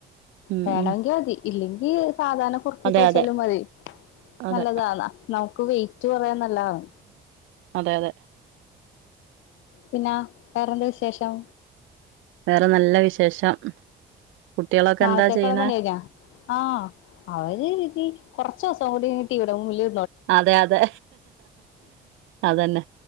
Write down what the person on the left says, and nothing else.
വേണമെങ്കിൽ
മതി ഇല്ലെങ്കി സാധാരണ കുറുക്കി
കഴിച്ചാലും
മതി
നല്ലതാണ് നമുക്ക് വെറ്റ് കുറയാ നല്ലതാണ്
പിന്നാ വേറെന്താ വിശേഷം?
നാളത്തേക്കുള്ള
പണി കയിഞ്ഞ ആഹ അവര് രീതി- കുറച്ച് ദിവസം കൂടി ഇവിടുംല്